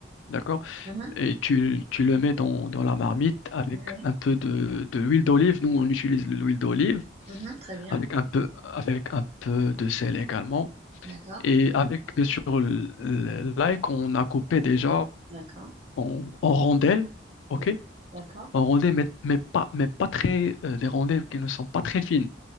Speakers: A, on the left; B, on the right.
A: d'accord?
B: Mhm,
A: Et tu, tu le mets dans, dans la marmite avec
B: Oui, oui,
A: un peu de, de l'huile d'olive. Nous, on
B: un
A: utilise
B: produit.
A: l'huile d'olive
B: Mhm, très bien,
A: avec un peu, avec un peu de sel également.
B: d'accord,
A: Et avec, bien sûr, le- le- l'ail qu'on a coupé déjà
B: d'accord,
A: en, en rondelles, OK?
B: d'ac- d'accord,
A: En rondelles, mais, mais pas, mais pas très, euh, des rondelles qui ne sont pas très fines,